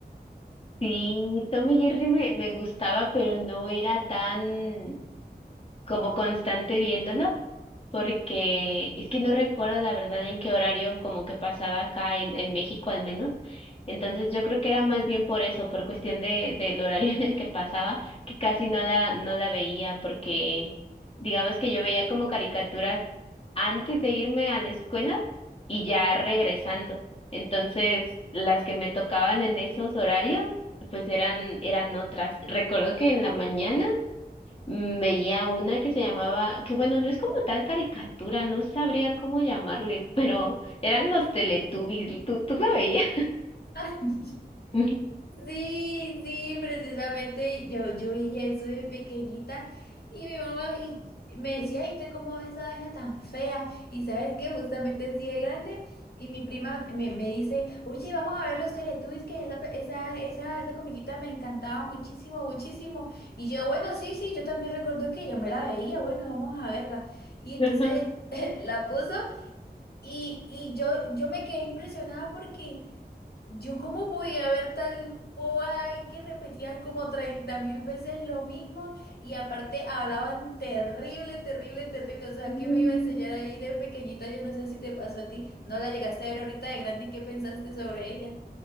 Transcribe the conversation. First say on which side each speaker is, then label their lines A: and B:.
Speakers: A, on the left (about 35°); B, on the left (about 65°).
A: sí, Tom y Jerry me, me gustaba, pero no era tan como constante viéndolo. porque es que no recuerdo la verdad en qué horario como que pasaba acá en, en México al menos. Entonces yo creo que era más bien por eso, por cuestión de, del horario <laughs> en el que pasaba, que casi no la, no la veía, porque digamos que yo veía como caricaturas antes de irme a la escuela y ya regresando. Entonces, las que me tocaban en esos horarios, pues eran, eran otras. Recuerdo que en la mañana Mm, Veía una que se llamaba, que bueno, no es como tal caricatura, no sabría cómo llamarle, pero eran los Teletubbies, ¿tú, tú la veías?
B: <laughs>
A: <laughs>
B: Sí, sí, precisamente yo, yo hice eso de pequeñita y mi mamá y- me decía, ¿y usted cómo ves esa vaina tan fea? Y sabes que justamente así de grande y mi prima me, me dice, oye, vamos a ver los Teletubbies, que esa, pe- esa, esa, esa comiquita me encantaba muchísimo, muchísimo. Y yo, bueno, sí, sí, yo también recuerdo que yo me la veía, bueno, vamos a verla. Y entonces
A: Ajá.
B: <laughs> la puso y, y yo, yo me quedé impresionada porque... Yo cómo voy a ver tal boba y que repetían como treinta mil veces lo mismo y aparte hablaban terrible, terrible, terrible. O sea,
A: Mm.
B: ¿qué me iba a enseñar ahí de pequeñita? Yo no sé si te pasó a ti. No la llegaste a ver ahorita de grande y qué pensaste sobre ella.